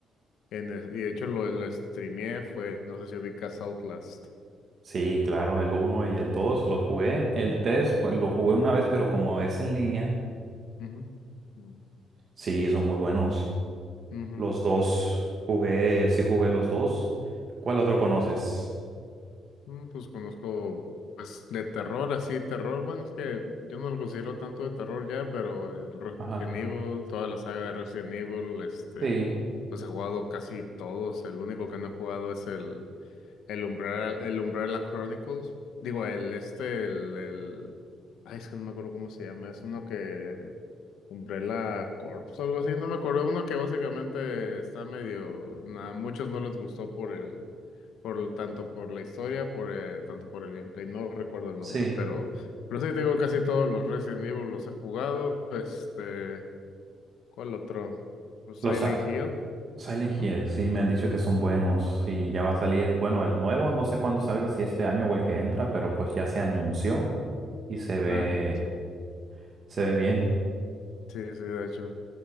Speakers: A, on the left; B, on the right.
A: en el- y de hecho lo, lo streameé fue, no sé si ubicas Outlast.
B: Sí, claro, el uno y el 2 los jugué. El 3 pues lo jugué una vez, pero como es en línea,
A: Ujú. Mm.
B: sí, son muy buenos.
A: Ujú.
B: Los dos jugué, sí jugué los dos. ¿Cuál otro conoces?
A: Mm, Pues conozco, pues de terror, así, terror, bueno, es que yo no lo considero tanto de terror ya, pero el Resident
B: Ajá.
A: Evil, toda la saga de Resident Evil, este,
B: Sí,
A: pues he jugado casi todos, el único que no he jugado es el, El Umbrella, el Umbrella Chronicles. Digo, el este, el, el. Ay, es que no me acuerdo cómo se llama. Es uno que. Umbrella Corps o algo así. No me acuerdo. Uno que básicamente está medio. na- muchos no les gustó por el. Por, el- tanto por la historia, por el- tanto por el gameplay. No recuerdo el nombre.
B: sí.
A: Pero. Pero sí te digo, casi todos los Resident Evil los he jugado. Este. ¿Cuál otro? Pues Silent
B: Los, a-
A: Hill.
B: Silent
A: Ujú.
B: Hill, sí, me han dicho que son buenos y ya va a salir, bueno, el nuevo, no sé cuándo salga, si este año o el que entra, pero pues ya se anunció
A: Ujú.
B: y se ve,
A: Ah, sí.
B: se ve bien.
A: Sí, sí, de hecho.